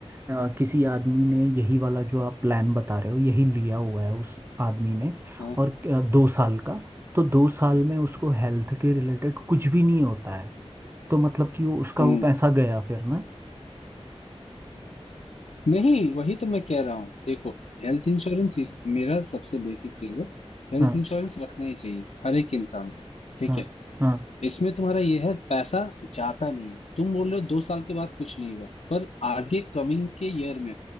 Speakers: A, on the right; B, on the left.
A: अ, किसी आदमी ने यही वाला जो आप प्लान बता रहे हो यही लिया हुआ है उस आदमी ने
B: हाँ,
A: और अ, दो साल का तो दो साल में उसको हेल्थ के रिलेटेड कुछ भी नहीं होता है तो मतलब कि वो उसका
B: हम्म
A: वो पैसा गया फिर ना
B: नहीं वही तो मैं कह रहा हूँ देखो हेल्थ इंश्योरेंस इस, मेरा सबसे बेसिक चीज है हेल्थ
A: हाँ
B: इंश्योरेंस रखना ही चाहिए हर एक इंसान को ठीक
A: हाँ
B: है
A: हाँ
B: इसमें तुम्हारा यह है पैसा जाता नहीं है तुम बोल रहे हो दो साल के बाद कुछ नहीं हुआ पर आगे कमिंग के ईयर में